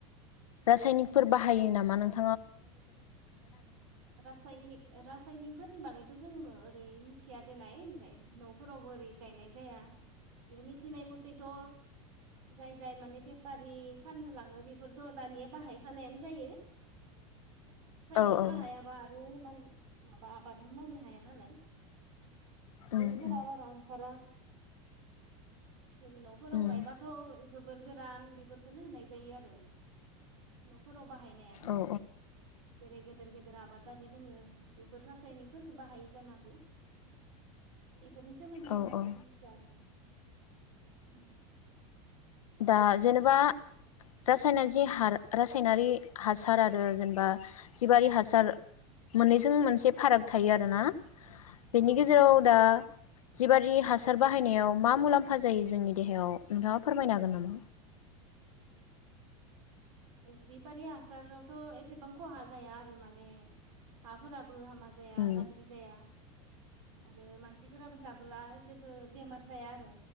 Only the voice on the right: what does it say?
रासायनिक रासायनिकफोरनि बागैथ' जोङो ओरै मिथिया देनाय होनलाय न'फोरावबो ओरै गायनाय जाया <unintelligible> थिनाय मथेथ' जाय जाय माने बेफारि फाननो लाङो बेफोर थ' दानिया बाहायखानायानो जायो। थ्रायनिक
बाहायाबा आरो हान माबा आबाद मावनो हाया नालाय फिथाइफोर
बारा ओंखारा। जेरै न'फोराव
गायबाथ' गोबोर गोरान बेफोरखोनो होनाय जायो आरो न' फोराव बाहायनाया जेरै
गेदेर गेदेर आबादारि दोङो बेफोर रासायनिकफोरखो बाहायो जानांगौ। फोरनि सोमोन्दै होमबा
मिथिया आरोखि उम
औ
बेलेग बेलेग
थायो
जिबारि हासारावथ' एसेबां खहा जाया आरो माने हाफोरा बो हामा जाया
गाज्रि जाया। आरो मानसिफोराबो जाबोला जेबो बेमार जाया आरो